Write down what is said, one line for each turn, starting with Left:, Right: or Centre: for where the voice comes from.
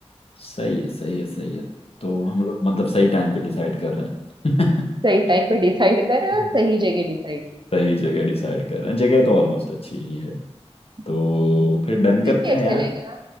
Left: सही है सही है सही है तो हम लोग मतलब सही टाइम पे डिसाइड कर रहे हैं
Right: सही टाइम पे डिसाइड कर
Left: <laughs>
Right: सही जगह डिसाइड
Left: सही जगह डिसाइड कर रहे हैं जगह तो ऑलमोस्ट अच्छी ही है
Right: हम्म,
Left: तो फिर डन
Right: ठीक
Left: करते
Right: है
Left: हैं
Right: चलेगा
Left: यार